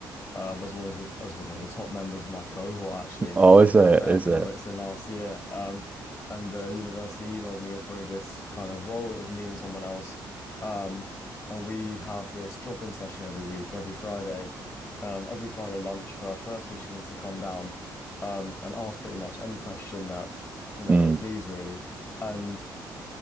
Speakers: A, on the left; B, on the right.
A: um, as one of the as one of the top members of my cohort actually
B: Oh, is
A: uh,
B: it?
A: for economics
B: Is it?
A: in last year. Um, and the university emailed me offering this kind of role. It was me and someone else, um, and we have this drop-in session every week, every Friday, um, every Friday lunch for first year students to come down um, and ask pretty much any question that you know
B: Mm,
A: they please really, and.